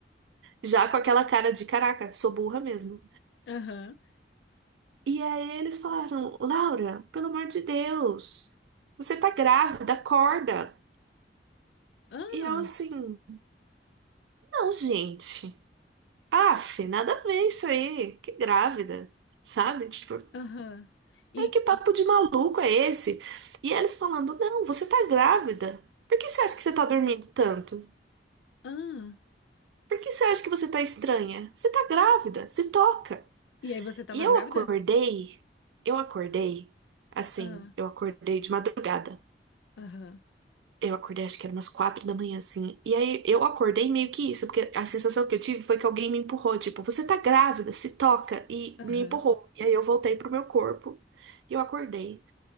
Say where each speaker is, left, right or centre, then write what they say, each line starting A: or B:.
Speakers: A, on the right; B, on the left.
A: Já com aquela cara de caraca, sou burra mesmo.
B: aham,
A: E aí eles falaram, Laura, pelo amor de Deus, você tá grávida, acorda.
B: ah,
A: E eu assim, não, gente. Aff, nada a ver isso aí. Que grávida, sabe? Tipo,
B: aham. E,
A: Aí que papo
B: e,
A: de maluco é esse? E eles falando, não, você tá grávida. Por que você acha que você tá dormindo tanto?
B: ah,
A: Por que você acha que você tá estranha? Você tá grávida, se toca.
B: e aí você tava
A: E eu
B: grávida?
A: acordei, eu acordei, assim,
B: Ah,
A: eu acordei de madrugada.
B: aham,
A: Eu acordei, acho que era umas quatro da manhã, assim. E aí eu acordei meio que isso, porque a sensação que eu tive foi que alguém me empurrou, tipo, você tá grávida, se toca, e me
B: aham.
A: empurrou. E aí eu voltei pro meu corpo e eu acordei.